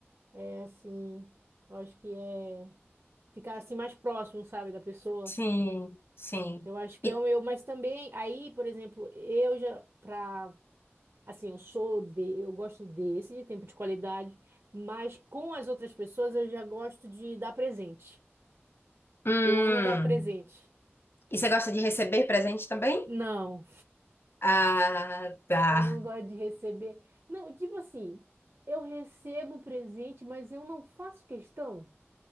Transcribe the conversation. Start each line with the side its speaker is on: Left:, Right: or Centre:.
Right: é assim, eu acho que é ficar assim mais próximo, sabe, da pessoa.
Left: sim, sim.
Right: Eu acho que
Left: E,
Right: é o meu, mas também aí, por exemplo, eu já pra assim, eu sou de, eu gosto desse de tempo de qualidade, mas com as outras pessoas eu já gosto de dar presente.
Left: hum.
Right: Eu amo dar presente.
Left: E você gosta de receber presente também?
Right: Não.
Left: Ah, tá.
Right: Eu não gosto de receber. Não, tipo assim, eu recebo o presente, mas eu não faço questão.